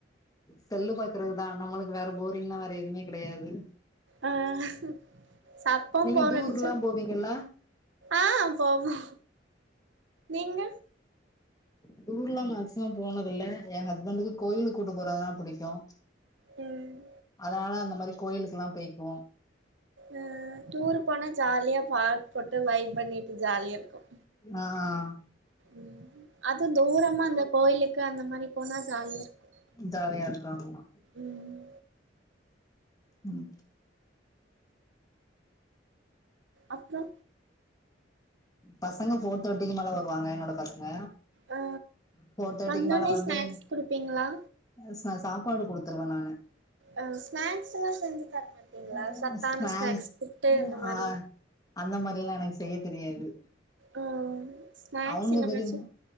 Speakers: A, on the left; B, on the right.
A: செல்லு பாக்குறதுதான் நம்மளுக்கு வேற போரிங்லாம் வேற எதுவுமே கிடையாது
B: ஆஹ் சப்பம்
A: நீங்க
B: போறடிச்சா
A: டூர்ல்லா போவீங்கல்ல
B: ஆங் போவோ நீங்க
A: டூர்லாம் மேக்சிமம் போனதில்ல என் ஹஸ்பண்டுக்கு கோயிலுக் கூட்டு போறதுனா புடிக்கும்
B: ம்
A: அதனால அந்த மாரி கோயிலுக்கெல்லாம் போய்க்குவோம்
B: ம் டூர் போனா ஜாலியா பார் போட்டு லைப் பண்ணிட்டு ஜாலியா இருக்கும்
A: ஆஹ்
B: உம் அது தூரமா அந்த கோயிலுக்கு அந்த மாதிரி போனா ஜாலிய இருக்
A: ஜாலியா இருக்கு ஆமா
B: ம்
A: ம்
B: அப்றோ
A: பசங்க ஃபோர் தேட்டிக்கு மேல வருவாங்க என்னோட பசங்க
B: ஆ
A: ஃபோர் தேட்டிக்கு
B: வந்தோனே
A: மேல வந்து
B: ஸ்நாக்ஸ் குடுப்பீங்களா
A: ஆ ஸ்நா சாப்பாடு குடுத்துருவ நானு
B: ஆ ஸ்நாக்ஸ்லா செஞ்சு தர மாட்டீங்களா
A: ஆ
B: சத்தான
A: ஸ்நாக்ஸ்
B: புட்டு இந்த மாரி
A: ஆ அந்த மாரில்லா எனக்கு செய்ய தெரியாது
B: ஆ ஸ்நாக்ஸ்
A: அவுங்க
B: என்னமாச்சு
A: விரும்